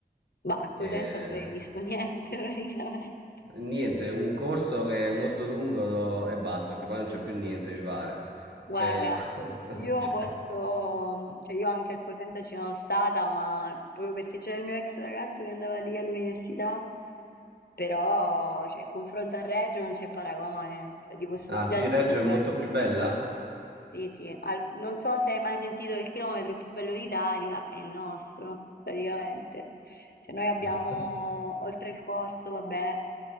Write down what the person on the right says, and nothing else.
E...
Niente, un corso che è molto lungo e basta, perché poi non c'è più niente, mi pare.
Cioè, il... co- <laughs>
cioè-
Ah,
sì, Reggio
è molto più bella?
<laughs>